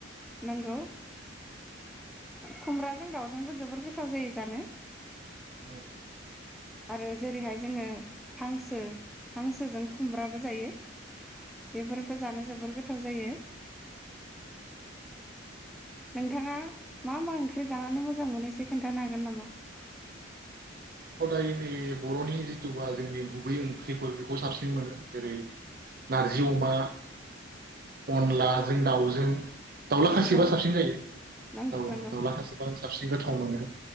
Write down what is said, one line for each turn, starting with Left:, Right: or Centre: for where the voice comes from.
Centre: नंगौ खुमब्रा <unintelligible> जों दाउजोंबो जोबोर गोथाव जायो जानो
Right: औ
Centre: आरो जेरैहाय जोङो हांसो हांसोजों खुमब्राबो जायो बेफोरफोरखौ जानो जोबोर गोथाव जायो नोंथाङा मा मा ओंख्रि जानानै मोजां मोनो एसे खोन्थानो हागोन नामा
Right: हदाय नै बर'नि जिथुबा जोंनि गुबै ओंख्रिफोर बेखौ साबसिन मोनो जेरै नारजि अमा अनलाजों दाउजों दाउला
Centre: नंगौ
Right: खासिबा साबसिन जायो
Centre: नंगौ
Right: औ
Centre: नंगौ
Right: दाउला खासिबा साबसिन गोथाव मोनो